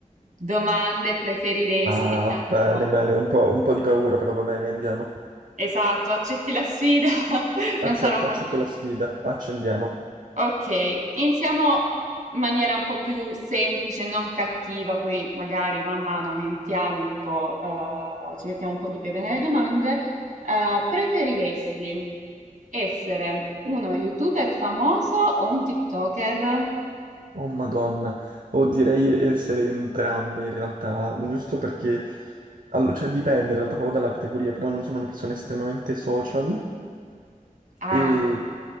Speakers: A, on the right; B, on the right.
A: domande, preferiresti
B: Ah,
A: da proporti.
B: bene, bene, un po', un po' di paura, però va bene, andiamo.
A: Esatto, accetti la sfida? <laughs>
B: Accetto,
A: Non sarò molto...
B: accetto la sfida, accendiamo.
A: Ok, iniziamo in maniera un po' più semplice, non cattiva, poi magari man mano aumentiamo un po', eh, ci mettiamo un po' di pepe nelle domande. Eh, preferiresti essere uno YouTuber famoso o un TikToker?
B: Oh Madonna, o direi essere entrambi in realtà, giusto perché, allo- cioè dipende in realtà proprio dalla categoria, però non sono una persona estremamente social
A: Ah.
B: e